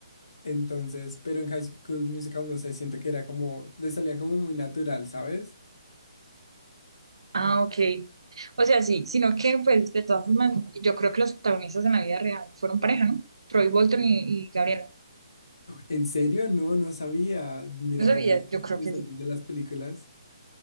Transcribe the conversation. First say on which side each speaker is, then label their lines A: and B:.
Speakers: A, on the left; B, on the right.
A: Entonces, pero en High School Musical, no sé, siento que era como, le salía como muy natural, ¿sabes?
B: Ah, ok. O sea, sí, sino que pues de todas formas, yo creo que los protagonistas en la vida real fueron pareja, ¿no? Troy Bolton y, y Gabriela.
A: ¿En serio? No, no sabía. Mira,
B: No sabía,
A: datos
B: yo creo
A: interesantes
B: que sí.
A: de las películas.